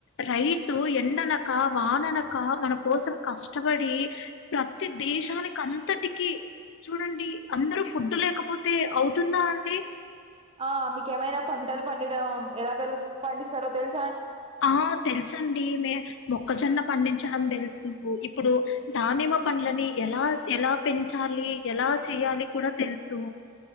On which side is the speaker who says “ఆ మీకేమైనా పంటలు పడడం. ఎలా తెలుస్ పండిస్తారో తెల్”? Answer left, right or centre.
Right